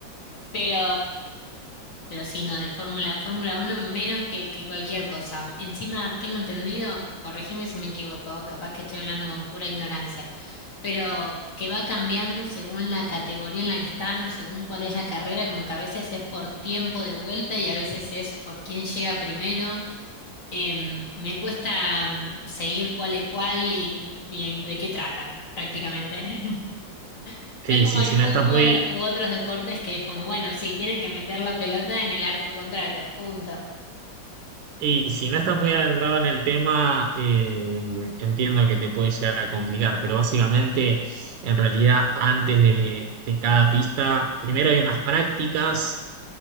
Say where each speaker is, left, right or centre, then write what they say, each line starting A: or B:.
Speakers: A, on the left; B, on the right.
A: Pero, pero sí, no, de Fórmula, Fórmula uno menos que, que cualquier cosa. Encima tengo entendido, corregime si me equivoco, capaz que estoy hablando con pura ignorancia, pero que va cambiando según la categoría en la que están o según cuál es la carrera, como que a veces es por tiempo de vuelta y a veces es por quién llega primero em, me cuesta mm, seguir cuál es cuál y, y de qué trata, prácticamente. <laughs>
B: Sí,
A: No es como
B: sí,
A: el
B: si
A: fútbol
B: no estás muy
A: u otros deportes que es como, bueno, sí, tienen que meter la pelota en el arco contrario, punto.
B: Y si no estás muy adentrado en el tema, eh, entiendo que te puede llegar a complicar, pero básicamente, en realidad, antes de, de cada pista, primero hay unas prácticas